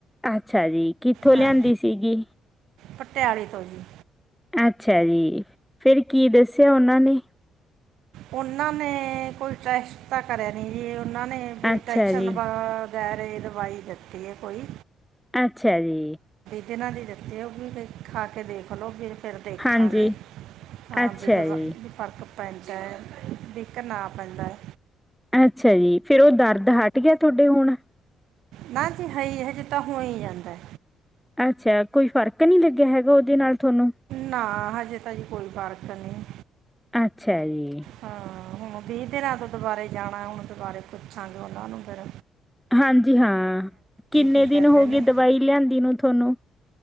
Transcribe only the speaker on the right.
ਹਾਂ
ਪਟਿਆਲੇ ਤੋਂ ਜੀ।
ਉਹਨਾਂ ਨੇ ਕੋਈ ਟੈਸਟ ਤਾਂ ਕਰਿਆ ਨੀ ਜੀ ਉਹਨਾਂ ਨੇ ਵੀ
ਟੈਸ਼ਨਨ
ਬਾ ਵਗੈਰ ਦਵਾਈ ਦਿੱਤੀ ਹੈ ਕੋਈ
ਜਿਨਾਂ ਦੀ ਜੱਤੇ ਉਹ ਵੀ ਖਾ ਕੇ ਦੇਖ ਲਓ ਫਿਰ ਫਿਰ ਦੇਖਾਂਗੇ
ਹਾਂ
ਬਿਡ ਵ
ਫਰਕ ਪੰਜ -ਦੇਖ ਨਾ ਆ ਪੈਂਦਾ ਏ।
ਨਾ ਜੀ ਹ ਇਹ ਜਿ ਤਾਂ ਹੋਈ ਜਾਂਦਾ।
ਨਾ ਹਜੇ ਤਾਂ ਨੀ ਕੋਈ ਫਰਕ ਨਹੀਂ,
ਹਾਂ ਹੁਣ ਵੀਹ ਦਿਨਾਂ ਤੋਂ ਦੁਬਾਰੇ ਜਾਣਾ ਹੁਣ ਦੁਬਾਰੇ ਪੁੱਛਾਂਗੇ ਓਨਾਂ ਨੂੰ ਫੇਰ
ਕੀ
ਕਹਿੰਦੇ
ਨੇ